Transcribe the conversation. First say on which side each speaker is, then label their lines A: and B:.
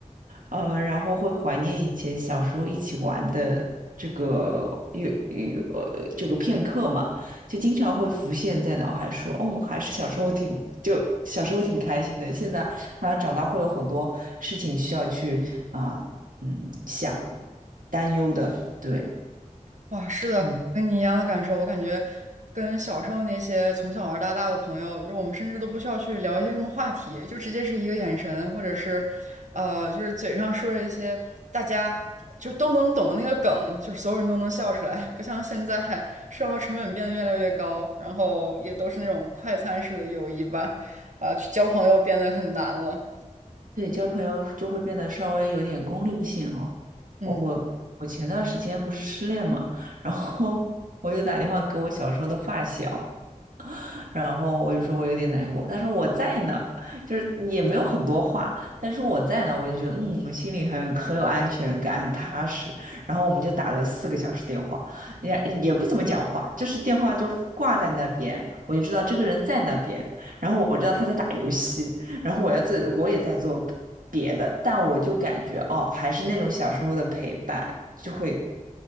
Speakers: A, on the right; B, on the right.
A: 呃，然后会怀念以前小时候一起玩的这个有有呃这个片刻嘛，就经常会浮现在脑海说，哦，我还是小时候挺就小时候挺开心的，现在。后来长大会有很多事情需要去啊、嗯，想担忧的，对，
B: 哇，是的，
A: 嗯，
B: 我跟你一样的感受。我感觉跟小时候那些从小玩到大的朋友，就是我们甚至都不需要去聊一些什么话题，就直接是一个眼神，或者是，呃，就是嘴上说着一些大家就都能懂的那个梗，就是所有人都能笑出来。不像现在生活成本变得越来越高，然后也都是那种快餐式的友谊吧，啊、去交朋友变得很难了。
A: 对，交朋友就会变得稍微有点功利性哦。
B: 嗯。
A: 哦，我我前段时间不是失恋嘛，然后 <laughs> 我就打电话给我小时候的发小，然后我就说我有点难过，他说我在呢，就是也没有很多话，但是我在呢，我就觉得嗯，心里很很有安全感，很踏实。然后我们就打了四个小时电话，也也不怎么讲话，就是电话就挂在那边，我就知道这个人在那边，然后我知道他在打游戏，然后我要做，我也在做别的，但我就感觉哦，还是那种小时候的陪伴，就会